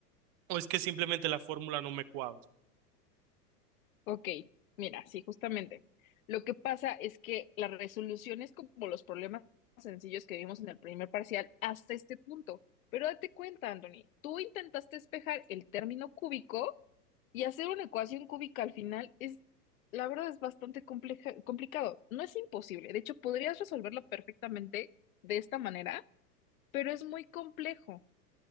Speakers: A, on the right (about 35°); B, on the left (about 55°).
A: o es que simplemente la fórmula no me cuadra.
B: Ok, mira, sí, justamente. Lo que pasa es que las resoluciones como los problemas sencillos que vimos en el primer parcial hasta este punto. Pero date cuenta, Anthony, tú intentaste despejar el término cúbico y hacer una ecuación cúbica al final es, la verdad, es bastante compleja- complicado. No es imposible. De hecho, podrías resolverlo perfectamente de esta manera, pero es muy complejo.